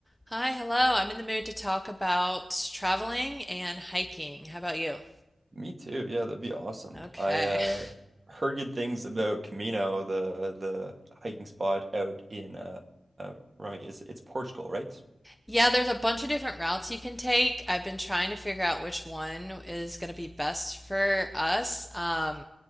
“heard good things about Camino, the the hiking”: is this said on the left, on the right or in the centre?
Right